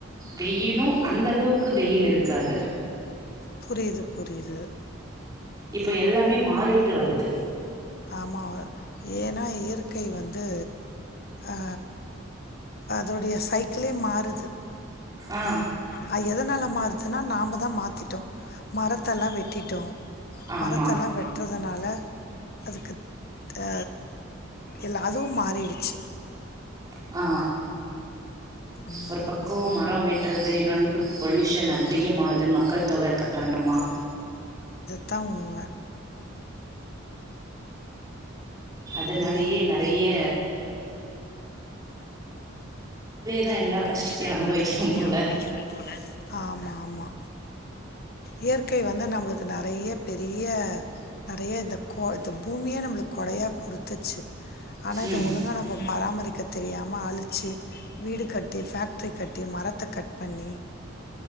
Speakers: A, on the right; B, on the left.
A: வெயிலு அந்த அளவுக்கு வெயில் இருக்காது
B: புரிது புரிது
A: இப்ப எல்லாமே மாறிட்டு வருது
B: ஆமா வ ஏனா இயற்கை வந்து அ அதுடைய சைக்கிளே மாறுது
A: ஆ
B: அ எதனால மாறுதுன்னா நாம தா மாத்திட்டோ மரத்தெல்லா வெட்டிட்டோ
A: ஆமா
B: மரத்தல்லா வெட்றதுனால அதுக்கு தே இல்ல அதுவு மாறிடிச்சி
A: ஆ
B: ம்.
A: ஒரு பக்கோ மரொ வெட்டுறது இன்னொன்னு பொலியூஷன் அதிகமானது மக்கள்தொக காரணமா
B: த்தா உண்ம
A: இதனாலயே நெறைய தான் எல்லா
B: நம்மளேதா
A: கஷ்டத்தையும் அனுபவிக்கிறோம்
B: எல்லா கஷ்டத்தையு
A: போல
B: அனுபவிக்கனு போல ஆமா ஆமா இயற்கை வந்து நம்மளுக்கு நெறைய பெரிய நெறைய இந்த கோ இந்த பூமியே நம்மளுக்கு கொடையா குடுத்துச்சி ஆனா இத
A: ம்
B: ஒழுங்கா நம்ம பராம இருக்க தெரியாம ஆழிச்சி வீடு கட்டி ஃபேக்ட்ரி கட்டி மரத்த கட் பண்ணி